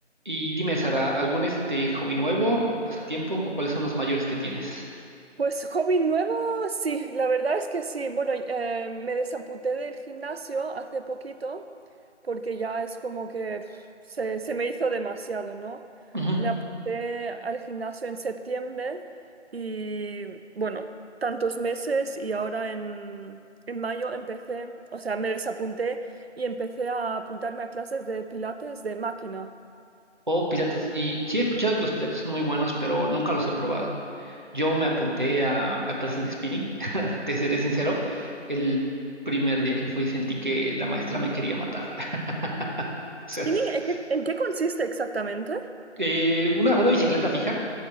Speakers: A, on the right; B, on the right.
A: Y dime, Sara, ¿algún este hobby nuevo, un pasatiempo o cuáles son los mayores que tienes?
B: Pues hobby nuevo, sí, la verdad es que sí. Bueno, eh, me desamputé del gimnasio hace poquito porque ya es como que pf, se, se me hizo demasiado, ¿no?
A: Ujú.
B: Me apunté al gimnasio en septiembre y bueno, tantos meses y ahora en, en mayo empecé, o sea, me desapunté y empecé a apuntarme a clases de pilates de máquina.
A: O pilates. Y sí he escuchado que los pilates son muy buenos, pero nunca los he probado. Yo me apunté a, a clases de spinning. <laughs> Te seré sincero, el primer día que fui sentí que la maestra me quería matar. <laughs> O
B: ¿Spinning?
A: sea, es-
B: ¿En qué en qué consiste exactamente?
A: eh, una, una bicicleta fija,